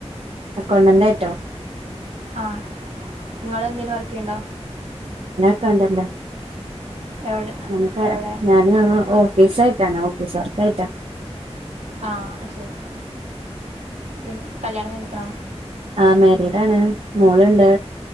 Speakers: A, on the right; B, on the right.
A: അക്കൗണ്ടന്റായിട്ടോ
B: ആ നിങ്ങള് എന്തേലും വർക്കെയ്യണ്ടോ
A: ക്കൗണ്ടൻ ഡോ
B: എവിടെ
A: ഞങ്ങൾക്കെ
B: എവിടെ
A: ഞാന് ഓഫ് ഓഫീസ് ആയിട്ടാണെ ഓഫീസ് വർക്കായിട്ടാ
B: ആ അത് ശരി പിൻ കല്യാണം കഴിഞ്ഞേക്ക്‌ ണോ
A: ആ മാരീഡാണ് മോളുണ്ട്